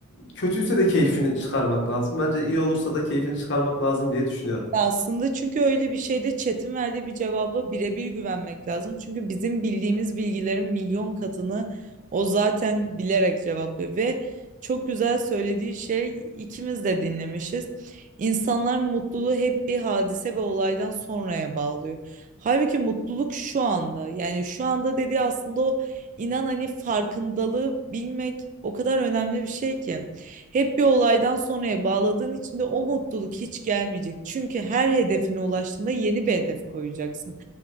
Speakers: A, on the left; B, on the right.
A: kötüyse de keyfini çıkarmak lazım. Bence iyi olursa da keyfini çıkarmak lazım diye düşünüyorum.
B: Ya aslında çünkü öyle bir şeyde chat'in verdiği bir cevaba birebir güvenmek lazım. Çünkü bizim bildiğimiz bilgilerin milyon katını o zaten bilerek cevaplıyor ve çok güzel söylediği şey ikimiz de dinlemişiz. İnsanlar mutluluğu hep bir hadise ve olaydan sonraya bağlıyor. Halbuki mutluluk şu anda. Yani şu anda dediği aslında o inan hani farkındalığı bilmek o kadar önemli bir şey ki. Hep bir olaydan sonraya bağladığın için de o mutluluk hiç gelmeyecek. Çünkü her hedefine ulaştığında yeni bir hedef koyacaksın.